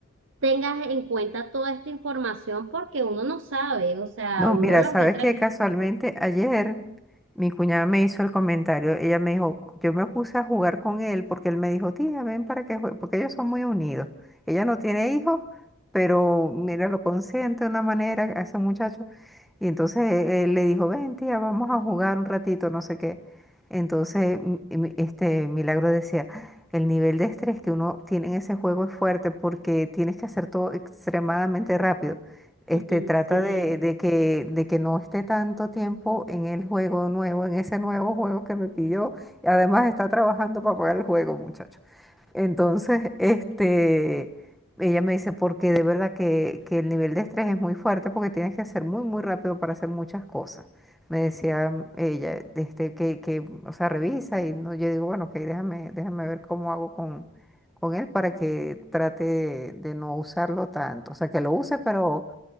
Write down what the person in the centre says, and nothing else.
No,
mira,
sabes
que casualmente ayer mi cuñada me hizo el comentario. Ella me dijo, yo me puse a jugar con él porque él me dijo, tía, ven para que juegue, porque ellos son muy unidos. Ella no tiene hijos, pero mira, lo consiente de una manera a ese muchacho. Y entonces él le dijo, ven, tía, vamos a jugar un ratito, no sé qué. Entonces, m- m- este Milagro decía, el nivel de estrés que uno tiene en ese juego es fuerte porque tienes que hacer todo extremadamente rápido. Este,
trata
de, de que, de que no esté tanto tiempo en el juego nuevo, en ese nuevo juego que me pidió. Y además está trabajando para pagar el juego, muchacho. Entonces, este, ella me dice, porque de verdad que, que el nivel de estrés es muy fuerte porque tienes que hacer muy, muy rápido para hacer muchas cosas. Me decía ella, este, que, que, o sea, revisa y no, yo digo, bueno, ok, déjame, déjame ver cómo hago con, con él para que trate de de no usarlo tanto. O sea, que lo use, pero